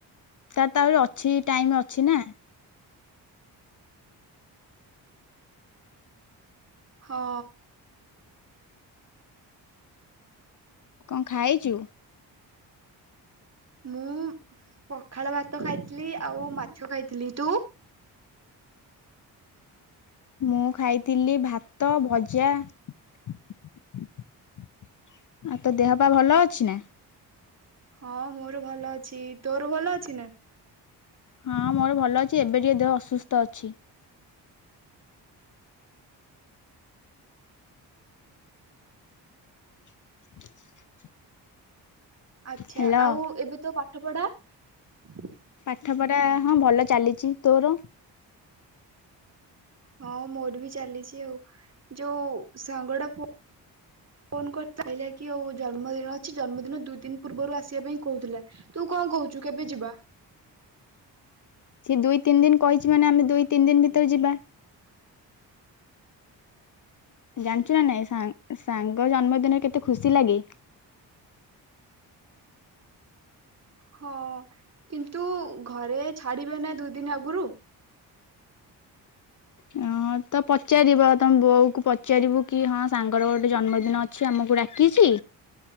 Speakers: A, on the left (about 45°); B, on the right (about 35°).
A: ତାର ତ ଆହୁରି ଅଛି ଟାଇମ ଅଛି ନା।
B: ହଁ।
A: କଣ ଖାଇଛୁ?
B: ମୁଁ ପଖାଳ ଭାତ ଖାଇଥିଲି ଆଉ ମାଛ ଖାଇ ଥିଲି ତୁ?
A: ମୁଁ ଖାଇଥିଲି ଭାତ ଭଜା ଆଉ ତୋ ଦେହ ପାହା ଭଲ ଅଛି ନା?
B: ହଁ ମୋର ଭଲ ଅଛି ତୋର ଭଲ ଅଛି ନା?
A: ହଁ ମୋର ଭଲ ଅଛି ଏବେ ଟିକେ ଦେହ ଅସୁସ୍ଥ ଅଛି। <inaudible>
B: ଆଚ୍ଛା
A: ହେଲୋ।
B: ଆଉ ଏବେ ତୋ ପାଠ ପଢା? <inaudible>
A: ପାଠ ପଢା ହଁ ଭଲ ଚାଲିଛି ତୋର?
B: ହଁ ମୋର ବି ଚାଲିଛି ଆଉ ଯୋଉ ସାଙ୍ଗ ଟା ଫୋନ୍ କରିଥିଲା କି କି ଆଉ ଜନ୍ମଦିନ କିଛି ଜନ୍ମଦିନ ଦୁଇ ଦିନ ପୂର୍ବରୁ ଆସିବା ପାଇଁ କହୁଥିଲା ତୁ କଣ କହୁଛୁ କେବେ ଯିବା?
A: ସେ ଦୁଇ ତିନି ଦିନ କହିଛି ମାନେ ଆମେ ଦୁଇ ତିନି ଦିନ ଭିତରେ ଯିବା। ଜାଣିଛୁ ନା ନାଇଁ ସାଙ୍ଗ ଜନ୍ମଦିନରେ କେତେ ଖୁସି ଲାଗେ।
B: ହଁ କିନ୍ତୁ ଘରେ ଛାଡିବେ ନା ଦୁଇ ଦିନ ଆଗରୁ।
A: ହଁ ତ ପଚାରିବ ତମ ବୋଉକୁ ପଚାରିବୁ କି ହଁ ସାଙ୍ଗର ଗୋଟେ ଜନ୍ମଦିନ ଅଛି ଆମକୁ ଡାକିଛି